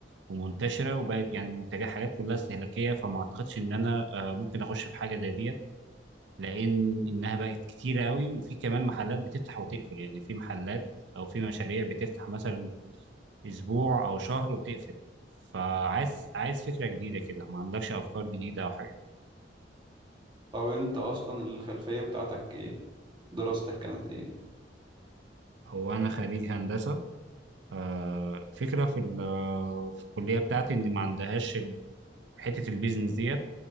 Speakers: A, on the right; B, on the right.
A: ومنتشره وبقت يعني منتجات حاجات كلها استهلاكيه فما اعتقدش ان انا آه، ممكن اخش في حاجه زي دي لان انها بقت كتيره قوي وفي كمان محلات بتفتح وتقفل يعني في محلات او في مشاريع بتفتح مثلا اسبوع او شهر وتقفل فعايز عايز فكره جديده كده ما عندكش افكار جديده او حاجه
B: طب انت اصلا الخلفية بتاعتك ايه دراستك كانت ايه
A: هو انا خريج هندسه آه، فكره في ال- في الكليه بتاعتي ان ما عندهاش حته البيزنس ديت